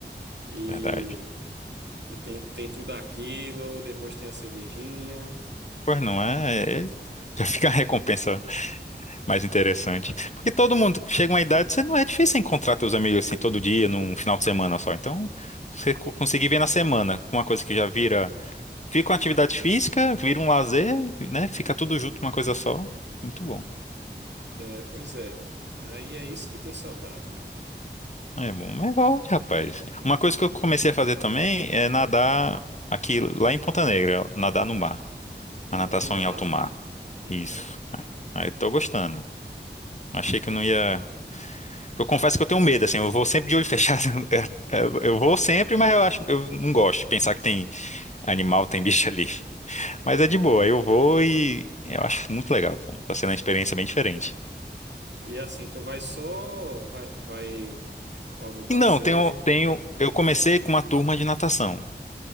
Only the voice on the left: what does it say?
Verdade.
Pois não é, é- é, Já <laughs> fica a recompensa mais interessante. Porque todo mundo chega uma idade, você não é difícil encontrar teus amigos assim todo dia, num final de semana só. Então, você co- conseguir ver na semana uma coisa que já vira. Fica uma atividade física, vira um lazer, né? Fica tudo junto, uma coisa só. Muito bom.
É bom, mas volte, rapaz. Uma coisa que eu comecei a fazer também é nadar aqui, lá em Ponta Negra, nadar no mar. A
natação
em alto mar.
Isso. Aí aí tô gostando. Achei que não ia. Eu confesso que eu tenho medo, assim, eu vou sempre de olho fechado. <laughs> Eu eu vou sempre, mas eu acho, eu não gosto de pensar que tem animal, tem bicho ali. Mas é de boa, eu vou e eu acho muito legal, pô. Tá sendo uma experiência bem diferente.
E não, tenho, tenho, eu comecei com uma turma de natação.